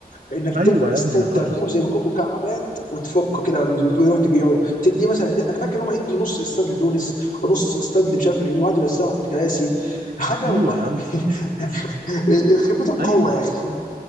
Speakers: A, on the left; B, on the right.
A: انك
B: ايوه
A: تعمل
B: يا
A: استاد
B: ابني ده قطر
A: تركيبه زي ما يكون مكعبات وتفكه كده وتروح تبيعه تديه مثلا دي انا فاكر ان هم يدوا نص استاد لتونس ونص استاد اللي مش عارف اليمين وقعدوا يوزعوا في الكراسي حاجه
B: ايوه
A: والله
B: يا عم
A: <laughs> خيبه القوه
B: ايوه
A: يا اخي